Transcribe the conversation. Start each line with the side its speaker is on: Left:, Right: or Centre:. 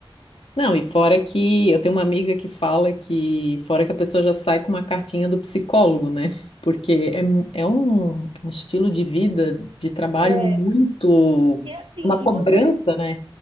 Left: Não, e fora que eu tenho uma amiga que fala que, fora que a pessoa já sai com uma cartinha do psicólogo, né? Porque é, mu- é um, um estilo de vida, de trabalho
Right: É,
Left: muito,
Right: e é assim,
Left: uma cobrança,
Right: e você não
Left: né?